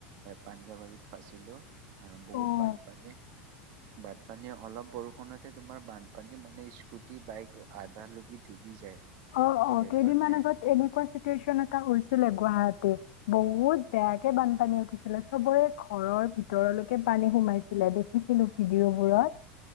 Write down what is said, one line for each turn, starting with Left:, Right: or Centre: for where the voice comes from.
Right: পাঞ্জাবাৰীত ফাঁচিলো। আহ বহুত
Left: অ',
Right: বানপানী। বানপানী অলপ বৰষুণত তে তোমাৰ বানপানী মানে স্কুটি, বাইক আধা লগি ডুবি যায়।
Left: অ অ
Right: সেইকাৰণে
Left: কেইদিনমান আগত এনেকুৱা চিটুৱেশচন এটা উছিলে গুৱাহাটীত। বহুত বেয়াকে বানপানী উঠিছিলে। চবৰে ঘৰৰ ভিতৰলৈকে পানী সোমাইছিলে, দেখিছিলো ভিডিঅ'বোৰত।